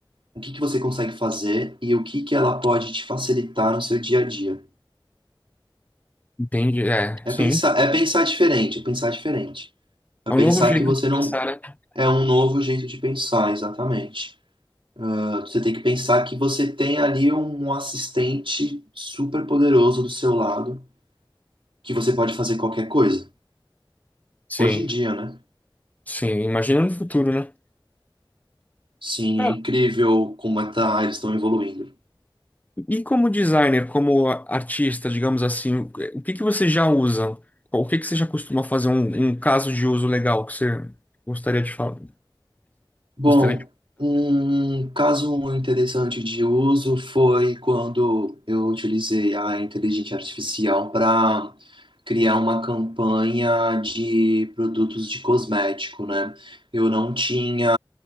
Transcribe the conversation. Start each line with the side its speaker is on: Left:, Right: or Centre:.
Right: o que que você consegue fazer e o que que ela pode te facilitar no seu dia a dia.
Left: Entende? É,
Right: É
Left: sim.
Right: pensar, é pensar diferente, é pensar diferente. É
Left: É
Right: pensar
Left: um novo jeito
Right: que você
Left: de pensar,
Right: não
Left: né?
Right: é um novo jeito de pensar, exatamente. Ah, Você tem que pensar que você tem ali um assistente super poderoso do seu lado que você pode fazer qualquer coisa.
Left: Sim,
Right: Hoje em dia, né?
Left: sim. Imagina no futuro, né?
Right: Sim,
Left: Cara,
Right: é incrível como é tá, eles estão evoluindo.
Left: E como designer, como a- artista, digamos assim, o que o que que você já usa? O que que você já costuma fazer? Um, um caso de uso legal que você gostaria de falar?
Right: Bom,
Left: Gostaria de.
Right: um caso interessante de uso foi quando eu utilizei a inteligência artificial para criar uma campanha de produtos de cosmético, né? Eu não tinha